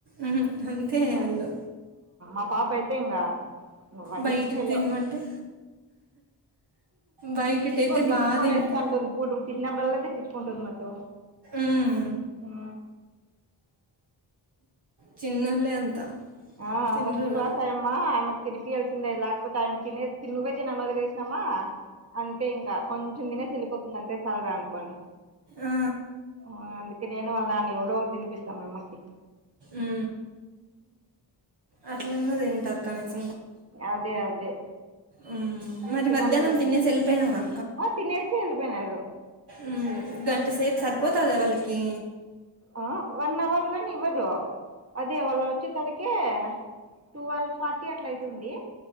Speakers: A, on the right; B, on the right.
A: మ్మ్. అంతే
B: అహ
A: వాళ్ళు
B: ఆ పాప అయితే ఇంగా వరెస్ట్
A: బయట
B: ఫెలో
A: తినమంటే బయటైతే
B: కొ దిటిచుకొని
A: బాగా తింటా
B: ఏస్త అంటుంది పూడు తిట్నప్పుడల్ దిట్టిచ్చుకుంటుంది మతో
A: మ్మ్.
B: ఆ
A: చిన్నోళ్ళే అంత
B: ఆ
A: తినరు
B: ఫస్ట్
A: వాళ్ళు
B: క్లాస్ అయ్యమ్మా ఆమెకి తిపియాల్సిందే లేకపోతే ఆమెకి తినేసి నువ్వే తిని నను ఒదిలేసినమ్మా అంటే ఇంకా కొంచెం తినేసి వెలిపోతుంది అంతె సలరా అనుకోని
A: ఆ.
B: ఆ అందుకే నేను వాళ్ళ నాన్ను ఎవరో ఒకరు తినిపిస్తాం మమ్మకి
A: ఊ అట్లన్న తింటరు కనీసం
B: అదే అదే
A: ఊ మరి
B: తినాల
A: మధ్యాహ్నం
B: కదా
A: తినేసి ఏళ్పయినారా
B: ఆ తినేసి ఎల్లిపోయ్నారు
A: మ్మ్. గంట సేపు సరిపోతద వాళ్ళకి
B: ఆ వన్ అవర్గాని ఇవ్వదు అదే వాళ్ళ వచ్చె తలకి టువల్వ్ ఫార్టీ అట్ల అయితుంది